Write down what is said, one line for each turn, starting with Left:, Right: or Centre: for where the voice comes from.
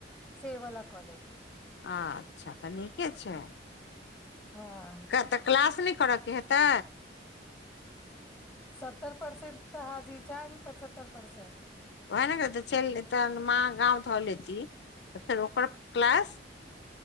Centre: सेवला कॉलेज
Left: अच्छा तऽ नीके छै
Centre: हाँ
Left: तऽ क्लास नहि करऽके हेतै
Centre: सत्तर परसेंट तऽ हाजीर चाही पचहत्तर परर्सेंट
Left: ओहने कहै चलि तऽ माँ गाँव धऽ लेती तऽ फेर ओकर क्लास